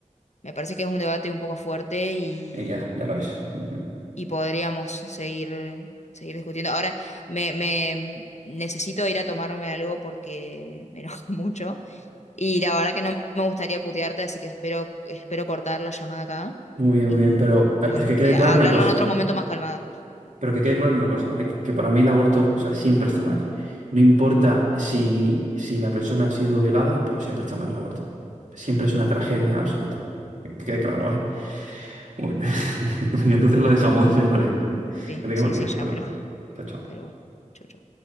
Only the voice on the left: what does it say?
me parece que es un debate un poco fuerte y,
y podríamos seguir, seguir discutiendo. Ahora, me, me necesito ir a tomarme algo porque me enojo <laughs> mucho y la verdad que no me gustaría putearte, así que espero, espero cortar la llamada acá
y,
y bueno,
eh, hablarlo
en otro momento más calmada.
Ok.
Sí,
sí,
sí,
ya
me enojé,
pero chau, chau.